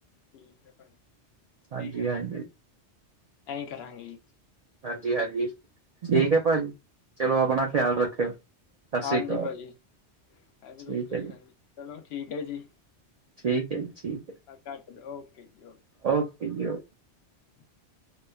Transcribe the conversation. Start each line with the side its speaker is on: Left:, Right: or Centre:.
Left: ਠੀਕ ਏ ਪਾਜੀ,
Right: ਹਾਂਜੀ
Left: ਠੀਕ ਐ ਪਾਜੀ
Right: ਹਾਂਜੀ
Left: ਐਂਈ ਕਰਾਂਗੇ ਜੀ।
Right: ਜੀ ਹਾਂਜੀ ਠੀਕ ਐ ਭਾਜੀ। ਚਲੋ, ਆਪਣਾ
Left: ਜੀ।
Right: ਖਿਆਲ ਰੱਖਿਓ ਸਸਰੀ
Left: ਹਾਂਜੀ
Right: ਕਾਲ
Left: ਭਾਜੀ, ਹਾਂਜੀ
Right: ਠੀਕ
Left: ਰੁਕ ਜਾਓ
Right: ਐ ਜੀ।
Left: ਹਾਂਜੀ ਚਲੋ ਠੀਕ ਐ ਜੀ।
Right: ਠੀਕ ਐ ਜੀ ਠੀਕ ਐ।
Left: ਆ ਕੱਟ ਦੋ ਓਕੇ ਜੀ ਓਕੇ।
Right: ਓਕੇ ਜੀ, ਓ
Left: <inaudible>